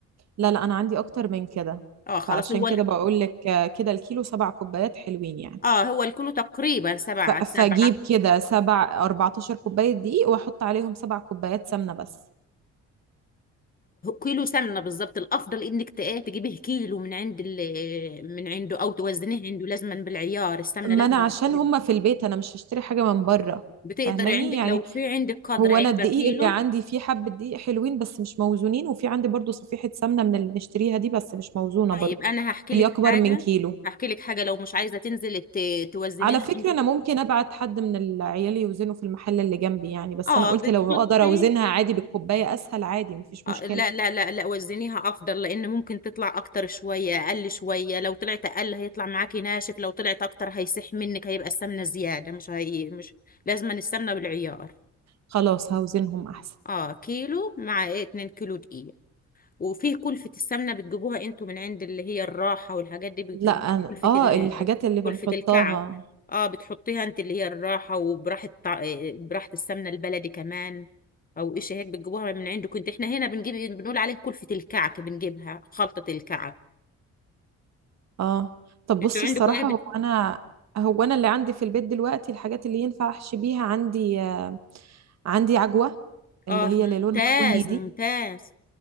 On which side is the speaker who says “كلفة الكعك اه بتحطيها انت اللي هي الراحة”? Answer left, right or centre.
Left